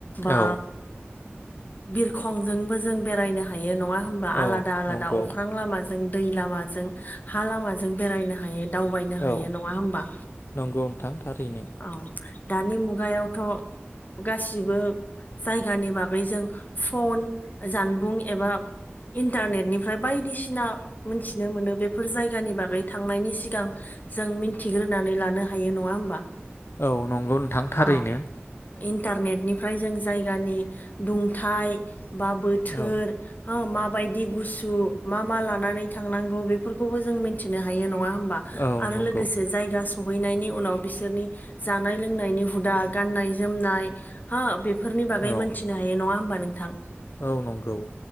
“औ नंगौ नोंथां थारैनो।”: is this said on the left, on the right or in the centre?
Left